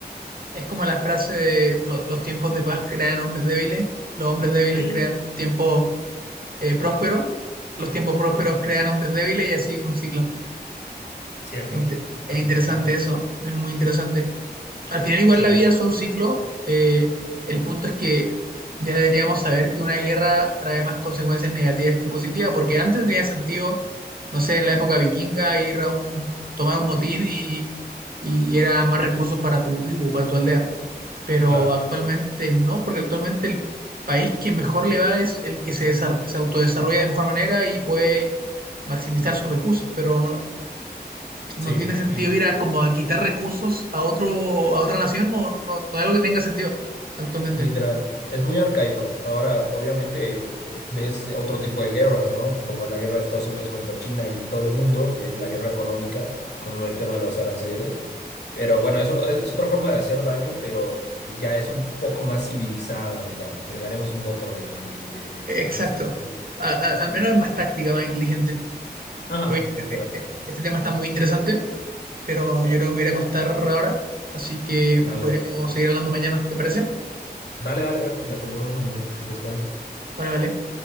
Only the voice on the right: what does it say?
Es como la frase de "Lo- los tiempos de paz crean hombres débiles, los hombres débiles
crean tiempos eh, próspero, los tiempos prósperos crean hombres débiles y así un ciclo.
Es, inte- es
interesante
eso, es muy interesante. Al final igual
la vida son ciclos, eh, el punto es que ya deberíamos saber que una guerra trae más consecuencias negativas que positivas, porque antes tenía sentido, no sé, en la época vikinga ir a un, tomar un motín y, y era más recursos para tu tribu, para tu aldea pero
actualmente no, porque actualmente el país que mejor le va es el que se, desar- se autodesarrolla de mejor manera y puede maximizar sus recursos, pero no, no
tiene sentido
ir a como a quitar recursos a otro, a otra nación, no, no, no es algo que tenga sentido actualmente.
Exacto.
A- a- al menos es más táctica, más inteligente.
Oye,
este, este tema está muy interesante, pero yo creo que me voy a ir a acostar ahora, así que
podríamos
seguir hablando mañana, ¿te parece?
Vale, vale.